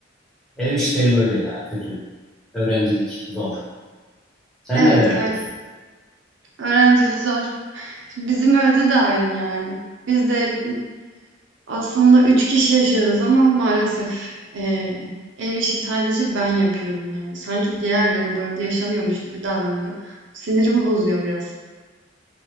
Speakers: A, in the centre; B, on the right (about 75°).
A: ev işleri böyle ya kötü. Öğrencilik zor. Sen
B: Evet,
A: neler yapıyorsun?
B: ger öğrencilik zor. Şimdi bizim evde de aynı yani. Biz de aslında 3 kişi yaşıyoruz ama maalesef eee, ev işi sadece ben yapıyorum yani. Sanki diğerleri bu evde yaşamıyormuş gibi davranıyor. Sinirimi bozuyor biraz.